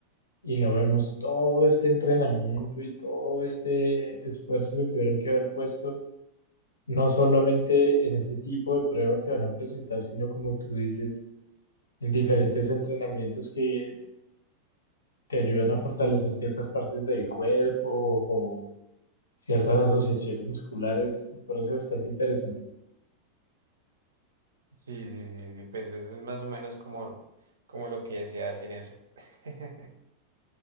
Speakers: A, on the left; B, on the right.
A: y no vemos todo este entrenamiento y todo este esfuerzo que tuvieron que haber puesto, no solamente en ese tipo de prueba que van a presentar, sino como tú dices, en diferentes entrenamientos que te ayudan a fortalecer ciertas partes del cuerpo o ciertas asociaciones musculares. por eso es bastante interesante.
B: Sí, sí, sí, sí, pues eso es más o menos como, como lo que se hace en eso. <laughs>